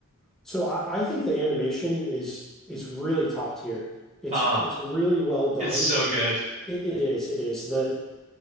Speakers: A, in the centre; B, on the right.
A: So I, I think the animation is is really top tier. It's
B: Uh-huh.
A: it's really well done.
B: It's so good.
A: It, it is, it is. The